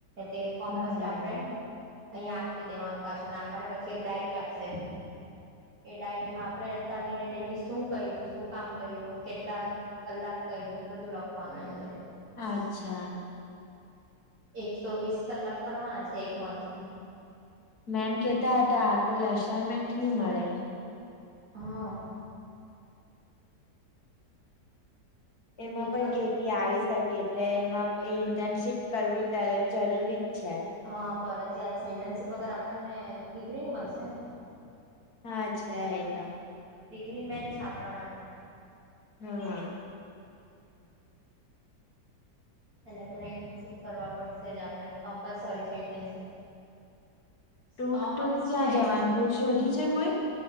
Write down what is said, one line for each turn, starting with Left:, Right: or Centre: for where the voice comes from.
Right: તે ફોર્મ
Left: બરાબર
Right: પછી આપડે અહિયાયા આપી દેવાનું પાછો અને આપવાને પછી એક ડાયરી આપશે. એ ડાયરીમાં આપણે તા ગેયને ડેલી શું કર્યું શું કામ કર્યું કેટલા. કલાક કર્યું બધું લખવાનું અંદર.
Left: અચ્છા.
Right: એકસો વીસ કલાક કરવાના છે એક મંથમાં.
Left: મેમ કેતા હતા આ કોઈ અસાઈનમેન્ટ નહી મળે.
Right: હા.
Left: એમાં
Right: એકસો
Left: પણ કેટી આવી શકે એટલે એમાં એ ઇન્ટર્નશીપ. કરવું ત્યારે જરૂરીજ છે.
Right: હા ફરજયાત છે ઇન્ટર્નશીપ વગે આપણને ડિગ્રીની મળશે ને.
Left: હા અચ્છા એટ.
Right: ડિગ્રી મેન છે આપણા માટે.
Left: હમ.
Right: એટલે પેલા ઇન્ટર્નશીપ કરવા પડશે જ આપડે કમ્પલસરી છે ઇન્ટનશીપ. સો
Left: તું
Right: માર્ક્સ
Left: તું ક્યાં
Right: છે
Left: જવાનું તું શોધી છે કોઈ